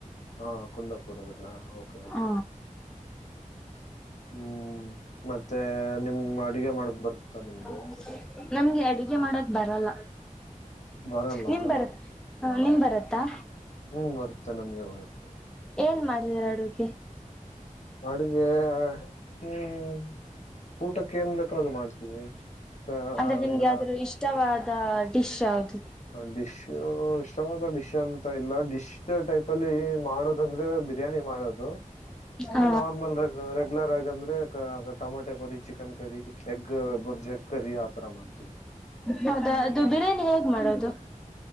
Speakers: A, on the left (about 60°); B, in the centre.
A: ಹಾ ಕುಂದಾಪುರದಲ್ಲ ಓಕೆ ಓಕೆ.
B: ಹಾ
A: ಹ್ಮ್ ಮತ್ತೆ ನಿಮ್ ಅಡಿಗೆ ಮಾಡಕ್ ಬರ್ತ್ತಾ ನಿಮ್ಗೆ.
B: <unintelligible> ನಮ್ಗೆ. ಅಡುಗೆ ಮಾಡೋಕೆ ಬರಲ್ಲ.
A: ಬರಲ್ಲ.
B: ನಿಮ್ ಬರತ್ ಹ ನಿಮ್ ಬರತ್ತಾ.
A: ಹ್ಮ್ ಬರತ್ತೆ ನಮಗೆ ಬರುತ್ತೆ.
B: ಏನ್ ಮಾಡ್ತೀರ ಅಡುಗೆ.
A: ಅಡುಗೆ ಹ್ಮ್ ಊಟಕ್ಕೆೇ ಏನ್ಬೇಕು ಅದು ಮಾಡ್ತೀವಿ. ಆ,
B: ಅಂದ್ರೆ ನಿಮ್ಗೆ
A: ಈಗ
B: ಯಾವು ಆದ್ರು ಇಷ್ಟವಾದ. ಡಿಶ್ ಯಾವುದ.
A: ಹ ಡಿಶ್. <inaudible> ಇಷ್ಟವಾದ ಡಿಶ್ ಅಂತ ಇಲ್ಲ ಡಿಶ್ ಟೈಪ್ ಅಲ್ಲಿ ಮಾಡೋದಂದ್ರೆ ಬಿರಿಯಾನಿ ಮಾಡೋದು
B: ಹ
A: ನಾರ್ಮಲ್ ರೆಗ್ಯುಲರ್ ಆಗಿ ಅಂದ್ರೆ- <unintelligible> ಕರಿ chicken curry egg bhurji curry ಆ ತರ ಮಾಡ್ತೀವಿ
B: ಹೌದಾ ಅದು ಬಿರಿಯಾನಿ ಹೇಗ್ ಮಾಡದು <unintelligible>